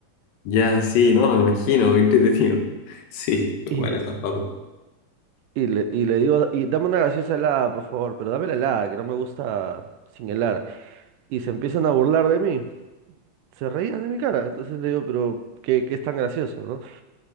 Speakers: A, on the left; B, on the right.
A: Ya, sí,
B: Me-
A: no, me imagino, qué entretenido. Sí,
B: <laughs> y,
A: bueno, esas papas.
B: y le, y le digo, y dame una gaseosa helada, por favor, pero dame la helada, que no me gusta sin helar. Y se empiezan a burlar de mí, se reían de mi cara. Entonces le digo, pero ¿qué, qué es tan gracioso, no?